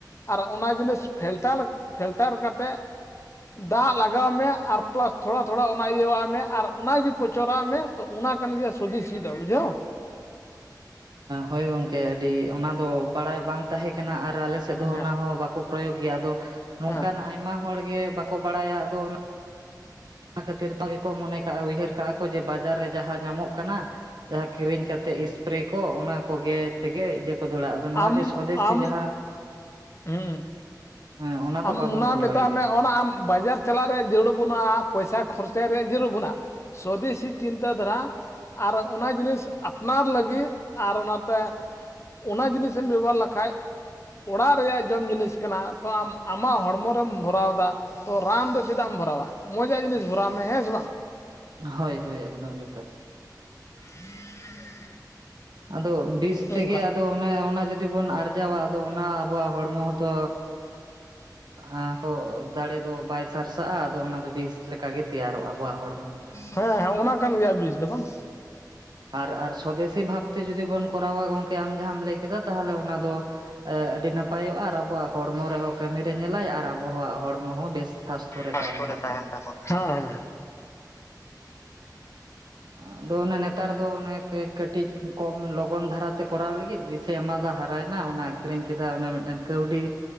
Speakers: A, on the left; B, on the right.
A: ᱟᱨ ᱚᱱᱟ ᱡᱤᱱᱤᱥ ᱯᱷᱤᱞᱴᱟᱞ ᱯᱷᱤᱞᱴᱟᱨ ᱠᱟᱛᱮᱫ, ᱫᱟᱜᱽ ᱞᱟᱜᱟᱣ ᱢᱮ ᱟᱨ ᱯᱞᱟᱥ ᱛᱷᱚᱲᱟ ᱛᱷᱚᱲᱟ ᱚᱱᱟ ᱤᱭᱟᱹᱣ ᱟᱜ ᱢᱮ ᱟᱨ ᱚᱱᱟ ᱜᱮ ᱯᱚᱪᱚᱨᱟᱜ ᱢᱮ᱾ ᱛᱚ ᱚᱱᱟ ᱠᱟᱱ ᱜᱮᱭᱟ ᱥᱩᱫᱤᱥ ᱥᱤ ᱫᱚ ᱵᱩᱡᱷᱟᱹᱣ᱾
B: ᱦᱳᱭ ᱜᱚᱝᱠᱮ ᱟᱹᱰᱤ ᱚᱱᱟ ᱫᱚ ᱵᱟᱲᱟᱭ ᱵᱟᱝ ᱛᱟᱦᱮᱸ ᱠᱟᱱᱟ ᱟᱨ ᱟᱞᱮ ᱥᱮᱫ ᱦᱚᱸ
A: ᱦᱮᱸ
B: ᱚᱱᱟ ᱦᱚᱸ ᱵᱟᱠᱚ, ᱯᱨᱚᱭᱳᱜᱽ ᱜᱮᱭᱟ, ᱟᱫᱚ ᱱᱚᱝᱠᱟᱱ
A: ᱦᱮᱸ
B: ᱟᱭᱢᱟ ᱦᱚᱲ ᱜᱮ ᱵᱟᱠᱚ ᱵᱟᱲᱟᱭᱟ ᱟᱫᱚ, ᱚᱱᱟ ᱠᱷᱟᱹᱛᱤᱨ ᱛᱮ ᱜᱮᱠᱚ ᱢᱚᱱᱮ ᱠᱟᱜᱼᱟ ᱩᱭᱦᱟᱹᱨ ᱠᱟᱜᱼᱟ ᱠᱚ ᱡᱮ ᱵᱟᱡᱟᱨ ᱨᱮ ᱡᱟᱦᱟᱸ ᱧᱟᱢᱚᱜ ᱠᱟᱱᱟ᱾ ᱡᱟᱦᱟᱸ ᱠᱤᱨᱤᱧ ᱠᱟᱛᱮᱫ ᱮᱤᱯᱨᱮ ᱠᱚ ᱚᱱᱟ ᱠᱚᱜᱮ ᱛᱮᱜᱮ ᱤᱭᱟᱹ ᱠᱚ ᱫᱟᱹᱲᱟ,
A: ᱟᱢ
B: ᱱᱚᱣᱟ ᱡᱮ ᱥᱚᱫᱮᱥᱤ
A: ᱟᱢ
B: ᱡᱟᱦᱟᱸ
A: ᱦᱩᱸ
B: ᱦᱮᱸ ᱚᱱᱟ
A: ᱟᱢ
B: ᱫᱚ ᱵᱟᱵᱚᱱ ᱯᱷᱳᱞᱳᱭ
A: ᱢᱮᱛᱟᱜ
B: ᱜᱮᱭᱟ᱾
A: ᱢᱮ ᱚᱱᱟ ᱟᱢ ᱵᱟᱡᱟᱨ ᱪᱟᱞᱟᱜ ᱨᱮᱭᱟᱜ ᱡᱟᱹᱨᱩᱲ ᱵᱟᱹᱱᱩᱜᱼᱟ ᱯᱚᱭᱥᱟ ᱠᱷᱚᱨᱪᱟᱭ ᱨᱮᱭᱟᱜ ᱡᱟᱹᱨᱩᱲ ᱵᱟᱹᱱᱩᱜᱼᱟ, ᱥᱚᱫᱮᱥᱤ ᱪᱤᱱᱛᱟᱹ ᱫᱷᱟᱨᱟ ᱟᱨ ᱚᱱᱟ ᱡᱤᱱᱤᱥ ᱟᱯᱱᱟᱨ ᱞᱟᱹᱜᱤᱫ ᱟᱨ ᱚᱱᱟᱛᱮ, ᱚᱱᱟ ᱡᱤᱱᱤᱥᱮᱢ ᱵᱮᱵᱚᱦᱟᱨ ᱞᱮᱠᱷᱟᱡ ᱚᱲᱟᱜ ᱨᱮᱭᱟᱜ ᱡᱚᱢ ᱡᱤᱱᱤᱥ ᱠᱟᱱᱟ ᱛᱚ ᱟᱢ ᱟᱢᱟᱜ ᱦᱚᱲᱢᱚ ᱨᱮᱢ ᱵᱷᱚᱨᱟᱣ ᱫᱟ, ᱛᱚ ᱨᱟᱱ ᱫᱚ ᱪᱮᱫᱟᱜ ᱮᱢ ᱵᱷᱚᱨᱟᱣᱟ ᱢᱚᱡᱟᱜ ᱡᱤᱱᱤᱥ ᱵᱷᱚᱨᱟᱣ ᱢᱮ ᱦᱮᱸ ᱥᱮ ᱵᱟᱝ᱾
B: ᱦᱳᱭ ᱦᱳᱭ ᱮᱠᱫᱚᱢ ᱡᱚᱛᱟᱛ᱾
A: <inaudible>
B: ᱟᱫᱚ ᱵᱤᱥ ᱛᱮᱜᱮ
A: ᱚᱱᱠᱟ
B: ᱟᱫᱚ ᱚᱱᱮ ᱚᱱᱟ ᱡᱩᱫᱤ ᱵᱚᱱ ᱟᱨᱡᱟᱣᱟ ᱟᱫᱚ ᱚᱱᱟ, ᱟᱵᱚᱣᱟᱜ ᱦᱚᱲᱢᱚ ᱦᱚᱸᱛᱚ ᱚᱱᱟᱠᱚ ᱫᱟᱲᱮ ᱫᱚ ᱵᱟᱭ ᱥᱟᱨᱥᱟᱜᱼᱟ ᱟᱫᱚ ᱚᱱᱟ ᱫᱚ ᱵᱤᱥ ᱞᱮᱠᱟ ᱜᱮ ᱛᱮᱭᱟᱨᱚᱜᱼᱟ ᱟᱵᱚᱣᱟᱜ ᱦᱚᱲᱢᱚ ᱦᱚᱸ᱾
A: ᱦᱮᱸ ᱦᱮᱸ ᱚᱱᱟ ᱠᱟᱱ ᱜᱮᱭᱟ ᱵᱤᱥ ᱫᱚ ᱵᱟᱝ,
B: ᱟᱨ ᱟᱨ ᱥᱚᱫᱮᱥᱤ ᱵᱷᱟᱵᱛᱮ ᱡᱩᱫᱤ ᱵᱚᱱ ᱠᱚᱨᱟᱣᱟ ᱜᱚᱝᱠᱮ ᱟᱢ ᱡᱟᱦᱟᱸᱢ ᱞᱟᱹᱭ ᱠᱮᱫᱟ ᱛᱟᱦᱚᱞᱮ ᱚᱱᱟ ᱫᱚ, ᱟᱹᱰᱤ ᱱᱟᱯᱟᱭᱚᱜᱼᱟ ᱟᱨ ᱟᱵᱚᱣᱟᱜ ᱦᱚᱲᱢᱚ ᱨᱮᱦᱚᱸ ᱠᱟᱹᱢᱤ ᱨᱮ ᱧᱮᱞᱟᱭ ᱟᱨ ᱟᱵᱚᱣᱟᱜ ᱦᱚᱲᱢᱚ ᱦᱚᱸ ᱵᱮᱥ ᱥᱟᱥᱛᱷᱚ
A: ᱯᱟᱥᱯᱚ
B: ᱛᱟᱵᱚᱱᱟ
A: ᱨᱮ ᱛᱟᱦᱮᱱ ᱛᱟᱵᱚᱱ ᱦᱮᱸ ᱦᱮᱸ᱾
B: ᱟᱨ, ᱟᱫᱚ ᱚᱱᱮ ᱱᱮᱛᱟᱨ ᱫᱚ ᱚᱱᱮ ᱠᱟᱹ ᱠᱟᱹᱴᱤᱡ ᱠᱚᱢ ᱞᱚᱜᱚᱱ ᱫᱷᱟᱨᱟ ᱛᱮ ᱠᱚᱨᱟᱣ ᱞᱟᱹᱜᱤᱫ ᱵᱤᱥᱤ ᱮᱢᱟᱫᱟ ᱦᱟᱨᱟᱭ ᱱᱟ ᱚᱱᱟ, ᱟᱠᱷᱨᱤᱧ ᱠᱮᱫᱟ ᱚᱱᱮ ᱢᱤᱫᱴᱮᱱ ᱠᱟᱹᱣᱰᱤ